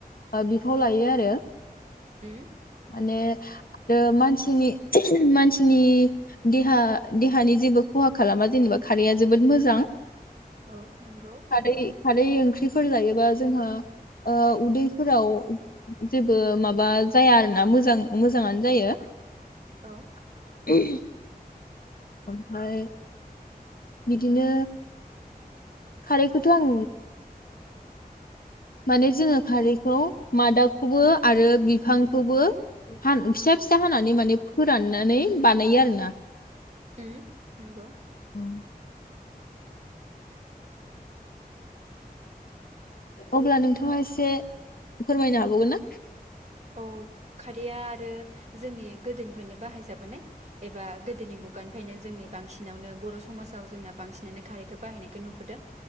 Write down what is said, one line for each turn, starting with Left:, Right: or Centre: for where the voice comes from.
Left: बिफाव लायो आरो।
Right: ह
Left: माने आरो मानसिनि मान नि देहा देहानि जेबो खहा खालामा जेनेबा खारैया जोबोद मोजां
Right: औ नंगौ
Left: खााल खााल फुख्रिफोर जायोबा जोंहा उदैफोराव जेबो माबा जाया आरोना मोजां मोजाङानो जायो
Right: औ
Left: <inaudible> ओमफ्राय बिदिनो खारैखौथ' आं माने जोङो खारैखौ मादाखौबो आरो बिफांखौबो फिसा फिसा हानानै माने फोराननानै बानायो आरोना
Right: ह नंगौ
Left: उम अब्ला नोंथांङा एसे फोरमायनो हाबावगोन ना <inaudible>
Right: औ खारैया आरो जोंनि गोदोनिफ्रायनो बाहायजाबोनाय एबा गोदोनि मुगानिफ्रायनो जोंनि बांसिनावनो बर' समाजाव जोंना बांसिनानो खारैखौ बाहायनायखौ नु बोदो